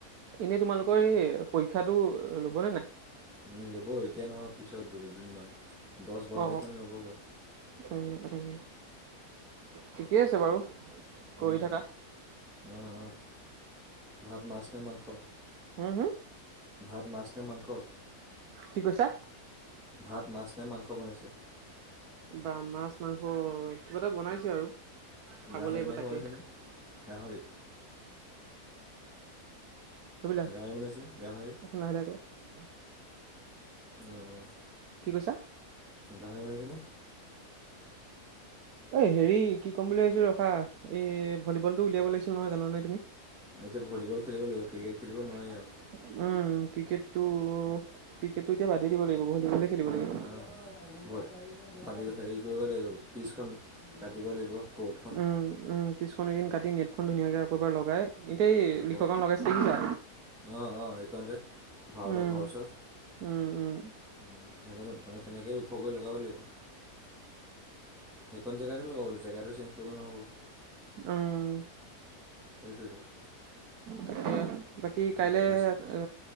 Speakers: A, on the right (about 75°); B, in the centre.
A: এনেই তোমালোকৰ এই পৰীক্ষাটো ল'বনে নাই?
B: উম, ল'ব এতিয়া নহয় পিছত বোলোঁ দুদিনমান। দহ বাৰ
A: অ
B: তাৰিখ মানে ল'বগৈ।
A: উম উম, ঠিকেই আছে বাৰু। কৰি
B: উম,
A: থাকা
B: অ অ', ভাত মাছ নে মাংস?
A: হুম হুম
B: ভাত মাছনে মাংস?
A: কি কৈছা
B: ভাত মাছ নে মাংস বনাইছে?
A: বা মাছ মাংস কিবা এটা বনাইছে আৰু। খাব
B: গাহৰি
A: লাগিব
B: মাংস
A: তাকে
B: বনাইছে নে? গাহৰি।
A: তবিলা,
B: গাহৰি বনাইছেনে? গাহৰি
A: অকন লাহে লাহে কৰা।
B: অ অ'।
A: কি কৈছা?
B: গাঁহৰি বনাইছেনে?
A: অই হেৰি, কি ক'ম বুলি ভাবিছোঁ ৰখা এই ভলীবলটো উলিয়াব লাগিছিল নহয়, জানানে তুমি?
B: এতিয়া ভলীবল খেলিব লাগিব ক্ৰিকেট খেলিব নোৱাৰি
A: <unintelligible>
B: আৰু
A: উম। ক্ৰিকেট টো ক্ৰিকেটটো এতিয়া বাদেই দিব লাগিব ভলীবলে- খেলিব লাগিব।
B: অ' ভ ফালি হেৰি কৰিব লাগিব। পিচখন কাটিব লাগিব। ক'ৰ্টখন
A: উম, উম। পিছখন এদিন কাটি নেটখন ধুনীয়াকে আকৌ এবাৰ লগাই এতিয়া এ
B: আকৌ
A: লিখক <unintelligible> লগাইছে দেখিছা?
B: অ' অ', এইকনতে ভাৰত
A: উম
B: ঘৰ ওচৰত।
A: উম উম
B: <unintelligible> তেনেকে ওখ কৰি লগাব লাগিব। সেইকন জেগাতে লগাব লাগিব। জেগাটো চেঞ্জ কৰিব নহ'ব।
A: উম।
B: সেইটোৱেইটো-
A: তাকে বাকী কাইলে
B: জেগা
A: এ